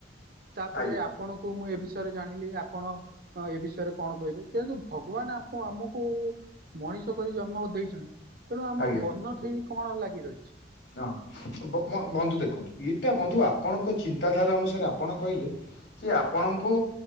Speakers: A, on the right; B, on the left.
A: ତାପରେ
B: ଆଜ୍ଞା
A: ଆପ୍ ପଣକୁ ମୁଁ ଏ ବିଷରେ ଜାଣିଲି ଆପଣ ଏ ବିଷୟରେ କଣ କହିବେ ତେଦୁ ଭଗବାନ ଆପ ଆମକୁ ମଣିଷ କରି ଜନ୍ମ ଦେଇଚନ୍ ତେଣୁ ଆମ
B: ଆଜ୍ଞା
A: ବର୍ଣ୍ଣ ଠେଇ କଣ ଲାଗି ରହିଚି?
B: ହଁ ବ ବନ୍ ବନ୍ଧୁ ଦେଖନ୍ତୁ ଇଟା ବନ୍ଧୁ ଆପଣଙ୍କ ଚିନ୍ତାଧାରା ଅନୁସାରେ ଆପଣ କହିଲେ କି ଆପଣଙ୍କୁ